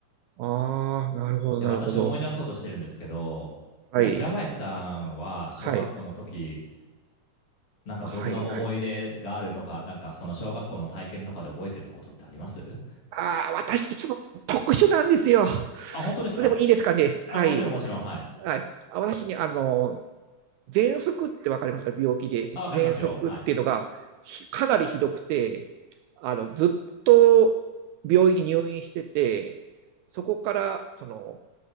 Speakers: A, on the right (about 80°); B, on the left (about 50°).
A: あー、なるほど、
B: で、
A: なるほど。
B: 私思い出そうとしてるんですけど、
A: はい、
B: なんか平林さんは小学校の時、
A: はい、
B: なんかどんな思い出があるとか、
A: はい、はい。
B: なんかその小学校の体験とかで覚えてることってあります
A: あー、私ってちょっと特殊なんですよ。
B: あ、本当ですか
A: それでもいいですかね。
B: あ、
A: はい、
B: もちろんもちろん、はい。
A: はい。あ、私ね、あの、喘息ってわかりますか病気で。
B: あ、わかりますよ。
A: 喘息っていうのがひかなりひどくて、
B: はい。
A: あの、ずっと病院に入院してて、そこから、その、